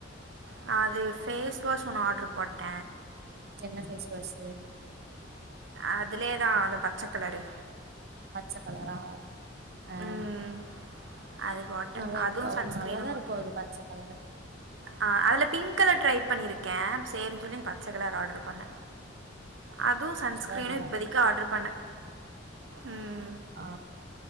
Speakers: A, on the right; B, on the right.
A: நா அது ஃபேஸ் வாஷ் ஒன்னு ஆர்டர் போட்ட
B: என்ன ஃபேஸ் வாஷ்சு
A: அதுலே தா அந்த பச்ச‌ கலரு
B: பச்ச கலரா ஆ
A: ம் அது போட்டேன்
B: நல்லா
A: அதுவும்
B: இருக்கு
A: சன்ஸ்க்ரீனும்
B: நல்லாதா
A: போட்டேன்
B: இருக்கு அது பச்ச கலரு
A: ஆ அதுல பிங்க் கலர் ட்ரை பண்ணி இருக்க சேரின் சொல்லி அந்த பச்ச கலர் ஆர்டர் பண்ண அதுவு
B: பச்ச
A: சன்ஸ்கிரீனு
B: கலர் நல்லாதா
A: இப்பதைக்கு
B: இருக்கு
A: ஆர்டர் பண்ணே ம்
B: ஆ